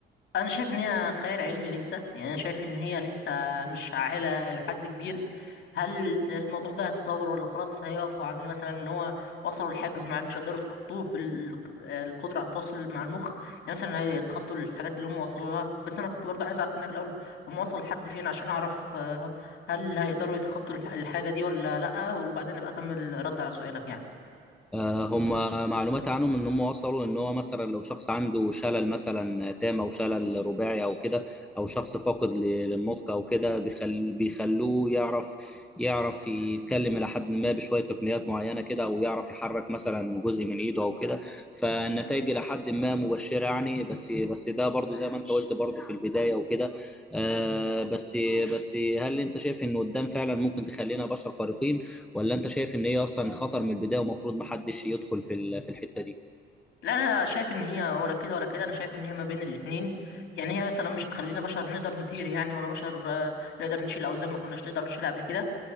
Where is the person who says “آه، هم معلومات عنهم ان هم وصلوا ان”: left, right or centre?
Centre